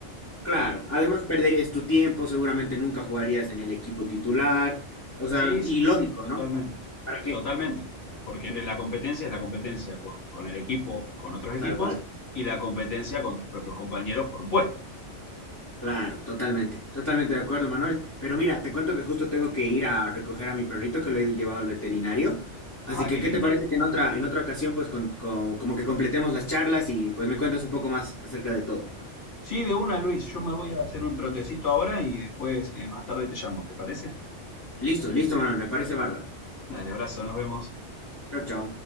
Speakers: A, on the left; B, on the left.
A: Claro.
B: Claro.
A: Además, perderías tu tiempo, seguramente nunca jugarías en el equipo titular. O
B: Sí,
A: sea,
B: sí,
A: y lógico,
B: sí, totalmente.
A: ¿no? ¿Para qué?
B: Totalmente. Porque eres la competencia es la competencia con, con el equipo, con otros equipos,
A: Tal cual.
B: y la competencia con tus propios compañeros por un puesto. <laughs>
A: Claro, totalmente. Totalmente de acuerdo, Manuel. Pero mira, te cuento que justo tengo que ir a recoger a mi perrito que lo he llevado al veterinario. Así
B: Ah,
A: que,
B: qué
A: ¿qué
B: lindo.
A: te parece que en otra, en otra ocasión, pues, con, con- como que completemos las charlas y pues me cuentas un poco más acerca de todo?
B: Sí, de una, Luis. Yo me voy a hacer un trotecito ahora y después, eh, más tarde te llamo, ¿te parece?
A: Listo, listo, Manuel. Me parece bárbaro.
B: Dale, abrazo, nos vemos.
A: Chao, chao.